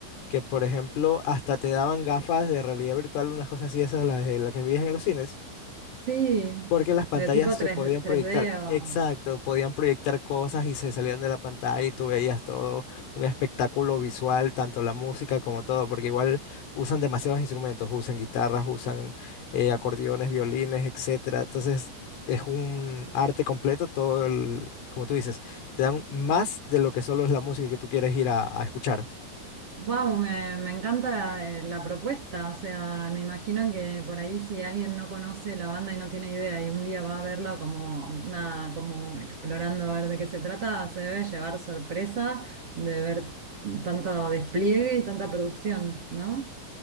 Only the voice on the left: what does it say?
que por ejemplo hasta te daban gafas de realidad virtual, unas cosas así, esas las, de las que veías en los cines.
Porque las pantallas
se
podían proyectar,
exacto, podían proyectar cosas y se salían de la pantalla y tú veías todo un espectáculo visual, tanto la música como todo, porque igual usan demasiados instrumentos, usan guitarras, usan eh, acordeones, violines, etcétera. Entonces es un arte completo, todo el, como tú dices, te dan más de lo que solo es la música que tú quieres ir a a escuchar.